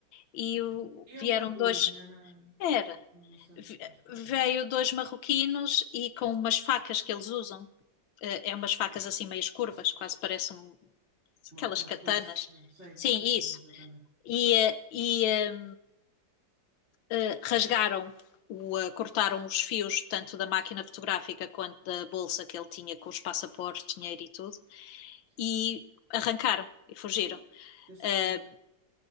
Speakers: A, on the left; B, on the right.
A: e o-
B: Iam
A: vieram
B: tranquilos,
A: dois,
B: não é? Na,
A: era,
B: na nossa,
A: ve-
B: no nosso passeio.
A: veio dois marroquinos e com umas facas que eles usam, eh, é umas facas assim meias curvas, quase parecem
B: Uma,
A: aquelas
B: umas
A: katanas.
B: foices, não é? Sei,
A: Sim,
B: umas katanas,
A: isso.
B: exatamente.
A: E, eh, e ehm, eh, rasgaram o, eh, cortaram os fios tanto da máquina fotográfica quanto da bolsa que ele tinha com os passaportes, dinheiro e tudo
B: Sim.
A: e arrancaram e fugiram.
B: Ah, que assustador.
A: Eh,